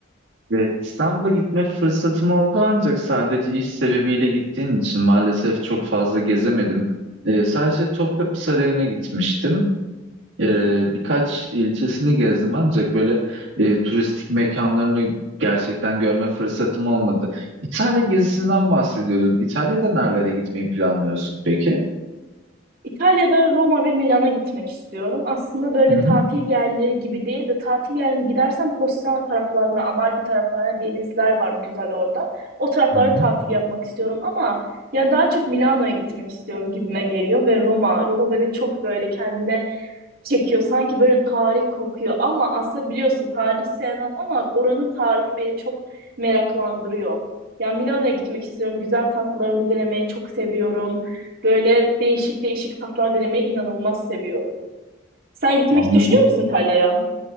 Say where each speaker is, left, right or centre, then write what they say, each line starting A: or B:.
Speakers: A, on the right; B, on the right.
A: Ve İstanbul'a gitme fırsatım oldu ancak sadece iş sebebiyle gittiğim için maalesef çok fazla gezemedim. Ee, sadece Topkapı Sarayı'na gitmiştim. Ee, birkaç ilçesini gezdim ancak böyle e, turistik mekanlarını gerçekten görme fırsatım olmadı. İtalya gezisinden bahsediyordun. İtalya'da nerelere gitmeyi planlıyorsun peki?
B: İtalya'da Roma ve Milan'a gitmek istiyorum. Aslında böyle
A: Hı hı.
B: tatil yerleri gibi değil de tatil yerine gidersem Positano taraflarına, Amalfi taraflarına denizler var güzel orada. O taraflara
A: Hı hı.
B: tatil yapmak istiyorum ama yani daha çok Milano'ya gitmek istiyorum gibime geliyor ve Roma. Roma beni çok böyle kendine çekiyor. Sanki böyle tarih kokuyor ama aslında biliyorsun tarih sevmem ama oranın tarihi beni çok meraklandırıyor. Yani Milano'ya gitmek istiyorum. Güzel tatlarını denemeyi çok seviyorum. Böyle değişik değişik tatlar denemeyi inanılmaz seviyorum. Sen gitmek
A: Anladım.
B: düşünüyor musun İtalya'ya?